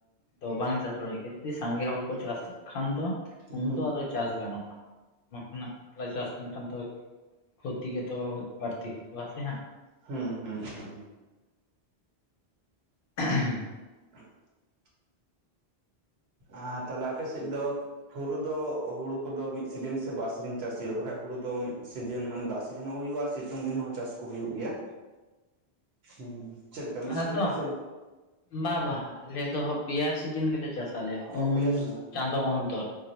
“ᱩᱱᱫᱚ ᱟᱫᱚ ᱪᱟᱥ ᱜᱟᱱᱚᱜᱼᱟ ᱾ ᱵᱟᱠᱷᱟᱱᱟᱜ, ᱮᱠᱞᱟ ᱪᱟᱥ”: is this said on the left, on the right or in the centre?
Left